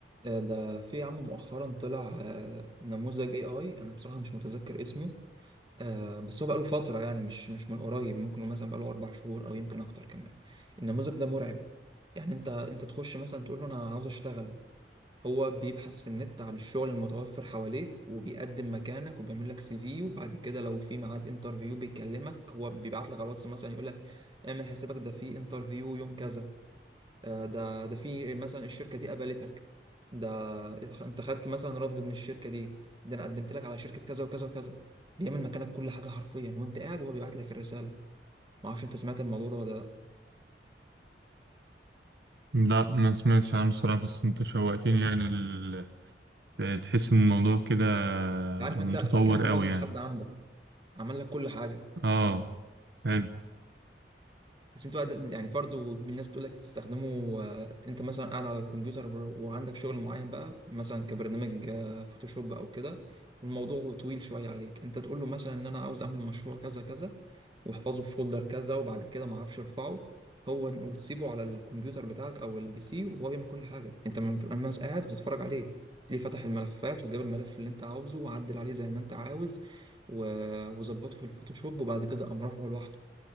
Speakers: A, on the right (about 25°); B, on the right (about 65°).
A: آه، ده في يا عم مؤخرا طلع آه، نموذج اي اي انا بصراحة مش متذكر اسمه آه، بس هو بقاله فترة يعني مش مش من قريب ممكن مثلا بقاله اربع شهور او يمكن اكتر كمان النموذج ده مرعب يعني انت انت تخش مثلا تقول له انا عاوز اشتغل هو بيبحث في النت عن الشغل المتوفر حواليك وبيقدم مكانك وبيعمل لك سي في وبعد كده لو في ميعاد انترفيو بيكلمك هو بيبعت لك على الواتس مثلا يقول لك اعمل حسابك ده في انترفيو يوم كذا آه، ده ده في مثلا الشركة دي قبلتك ده انت خدت مثلا رفض من الشركة دي ده انا قدمت لك على شركة كذا وكذا وكذا بيعمل مكانك كل حاجة حرفيا وانت قاعد وهو بيبعت لك الرسالة معرفش انت سمعت الموضوع ده ولا
B: لا ما سمعتش عنه الصراحة بس انت شوقتني يعني ال... تحس ان الموضوع كده
A: لا عارف
B: متطور
A: انت كأنك موظف
B: قوي يعني
A: حد عندك عمل لك كل حاجة
B: اه حلو
A: بس انتوا قاعد- يعني برضه الناس بتقول لك تستخدمه آه، انت مثلا قاعد على الكمبيوتر بر- وعندك شغل معين بقى مثلا كبرنامج آه، فوتوشوب او كده والموضوع طويل شويه عليك انت تقول له مثلا ان انا عاوز اعمل مشروع كذا كذا واحفظه في فولدر كذا وبعد كده ما اعرفش ارفعه هو وتسيبه على الكمبيوتر بتاعك او البي سي وهو بيعمل كل حاجه انت ما بتبقى بس قاعد وتتفرج عليه تلاقيه فتح الملفات وجاب الملف اللي انت عاوزه وعدل عليه زي ما انت عاوز و- وظبطه في الفوتوشوب وبعد كده قام رافعه لوحده